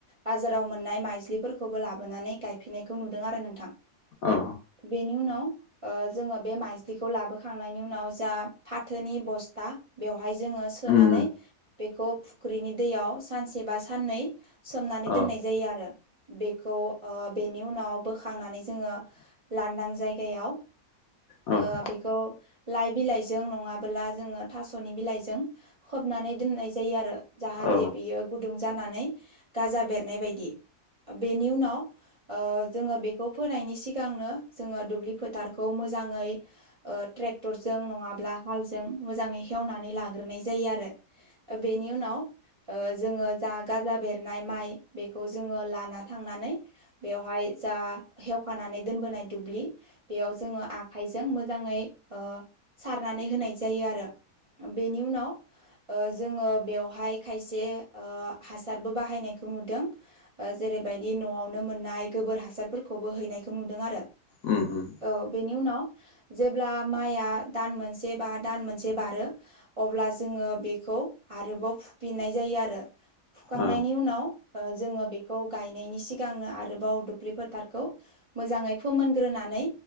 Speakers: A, on the right; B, on the left.
A: बा जाराव मोन्नाय माइज्लिफोरखौबो लाबोनानै गायफैनायखौ नुदों आरो नोंथां
B: औ
A: बेनि उनाव ओ जोङो बे माइज्लिखौ लाबोखांनायनि उनाव जा फाथोनि बस्था बेवहाय जोङो सोनानै
B: उम
A: बेखौ फुख्रिनि दैयाव सानसे बा साननै सोमनानै
B: उम औ उम औ
A: दोननाय जायो आरो बेखौ ओ बेनि उनाव बोखांनानै जोङो लानदां जायगायाव
B: उम
A: ओ बेखौ लाइ बिलाइजों नङाबोला जोङो थास'नि बिलाइजों खोबनानै दोननाय जायो आरो जाहाथे
B: औ
A: बियो गुदुं जानानै गाजा बेरनाय बायदि बेनि उनाव ओ जोङो बेखौ फोनायनि सिगांनो जोङो दुब्लि फोथारखौ मोजाङै ट्रेक्टरजों नङाब्ला हालजों मोजाङै हेवनानै लाग्रोनाय जायो आरो बेनि उनाव ओ जोङो जा गाजा बेरनाय माइ बेखौ जोङो लाना थांनानै बेवहाय जा हेवखानानै दोनबोनाय दुब्लि बेयाव जोङो आखाय जों मोजाङै ओ सारनानै होनाय जायो आरो बेनि उनाव ओ जोङो बेवहाय खायसे ओ हासारबो बाहायनाय खौ नुदों ओ जेरैबायदि न'आवनो मोननाय गोबोर हासारफोरखौबो हैनायखौ नुदों आरो
B: उम उम
A: औ बेनि उनाव जेब्ला माइया दान मोनसे बा दान मोनसे बारो अब्ला जोङो बेखौ आरोबाव फुफिनाय जायो आरो फुखांनायनि
B: औ
A: उनाव जो ङो बेखौ गायनायनि सिगांनो आरोबाव दुब्लि फोथारखौै मोजाङै फोमोनग्रोनानै